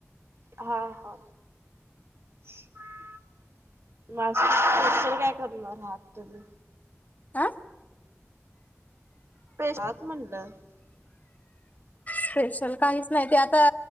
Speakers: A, on the right (about 55°); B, on the left (about 30°).
A: हा हा <inaudible> नाशिक चि काय करणार आहात तुम्ही?
B: आ,
A: <unintelligible>
B: स्पेशल काहीच नाही ते आता.